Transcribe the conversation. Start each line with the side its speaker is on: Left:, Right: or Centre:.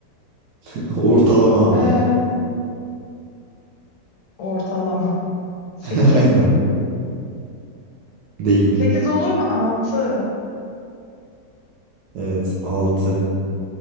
Right: <laughs> Ortalama ama
Left: Eee,
Right: yani.
Left: ortalama. sekiz,
Right: <laughs> Aynen. Değil.
Left: 8 olur mu? 6,
Right: Evet Altı.